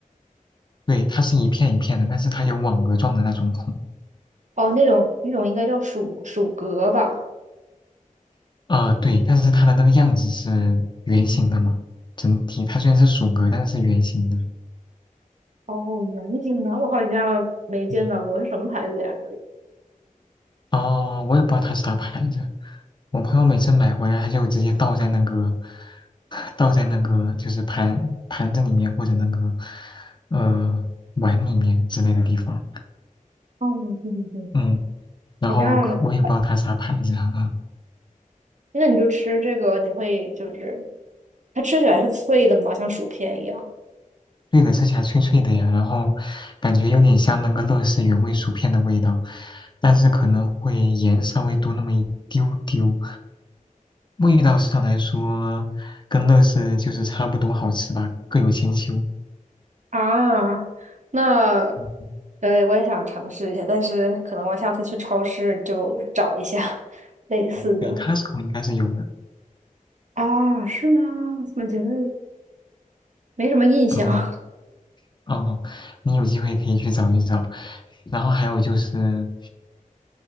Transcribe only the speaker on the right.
哦，那种那种应该叫薯薯格吧？
哦，圆形的，我好像没见到过，
是什么牌子呀？
哦，对对对，
好像，
那你就吃这个，你会就是它吃起来是脆的嘛，像薯片一样。
啊，那，
呃，我也想尝试一下，但是可能我下次去超市就找一下类似的。
啊，是吗？我怎么觉得没什么印象？
<laughs> 啊，